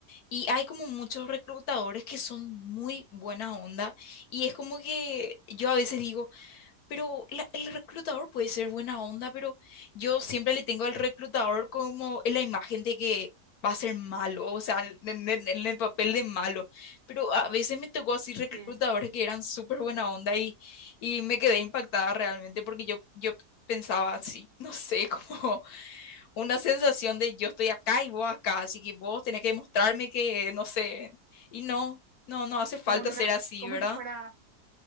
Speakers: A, on the left; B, on the right.
A: y hay como muchos reclutadores que son muy buena onda y es como que yo a veces digo, pero la- el reclutador puede ser buena onda, pero yo siempre le tengo al reclutador como en la imagen de que va a ser malo, o sea, en, en- en el papel de malo. Pero a veces me tocó así reclutadores
B: Sí,
A: que eran súper buena onda y, y me quedé impactada realmente porque yo, yo pensaba así, no sé <laughs> cómo una sensación de yo estoy acá y vos acá, así que vos tenés que demostrarme que, no sé, y no, no, no hace falta
B: como en una,
A: ser así,
B: como
A: ¿verdad?
B: si fuera,